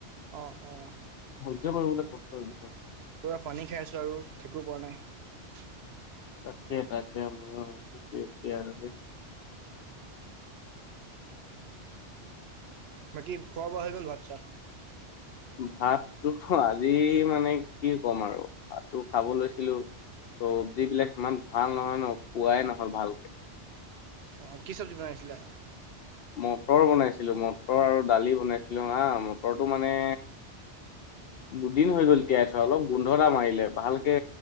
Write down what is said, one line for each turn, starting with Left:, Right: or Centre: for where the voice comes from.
Right: অ অ।
Left: সহ্য কৰিবলে কষ্ট হৈছে
Right: পূৰা পানী খাই আছো আৰু থাকিব পৰা নাই।
Left: তাকে তাকে মইয়ো এইটো এতিয়া আৰু
Right: বাকী খোৱা বোৱা হৈ গ'ল ভাত চাত?
Left: ভাতটো আজি মানে কি ক'ম আৰু ভাতটো খাব লৈছিলো চবজিবিলাক ইমান ভাল নহয় ন খুৱাই নহল ভালকে।
Right: অঁ কি চব্জি বনাইছিলো?
Left: মটৰ বনাইছিলোঁ মটৰ আৰু দালি বনাইছিলোঁ হা মটৰটো মানে। দুদিন হৈ গ'ল তিয়াই থোৱা অলপ গোন্ধ এটা মাৰিলে, ভালকে